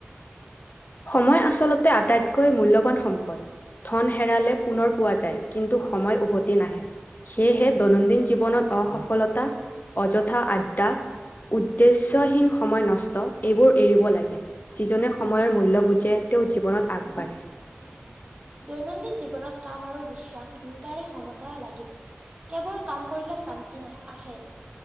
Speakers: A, on the left; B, on the right.
A: সময় আচলতে আটাইতকৈ মূল্যৱান সম্পদ। ধন হেৰালে পুনৰ পোৱা যায় কিন্তু সময় উভতি নাহে। সেয়েহে দৈনন্দিন জীৱনত অসফলতা অযথা আড্ডা উদ্দেশ্যহীন সময় নষ্ট এইবোৰ এৰিব লাগে। যিজনে সময়ৰ মূল্য বুজে তেওঁ জীৱনত আগবাঢ়ে। <unintelligible>
B: দৈনন্দিন জীৱনত কাম আৰু বিশ্ৰাম দুয়োটাৰে সমতা লাগিব। কেৱল কাম কৰিলে কলান্তি নাহ আহে।